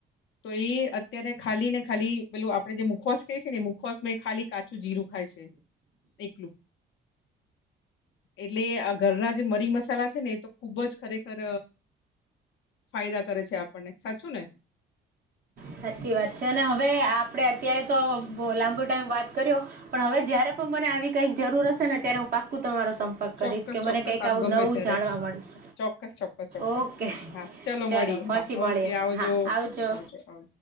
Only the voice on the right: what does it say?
સાચી વાત છે અને હવે આપડે અત્યારે તો લાંબો ટાઈમ વાત કર્યો પણ હવે જયારે મને આવી કઈક જરૂર હશે ને ત્યારે હું પાકું તો તમારો સંપર્ક
કરીશ કે
મને કંઈક
આવું
નવું
જાણવા મળીશ.
ઓકે
ચલો
પછી
મળી.
હા આવજો.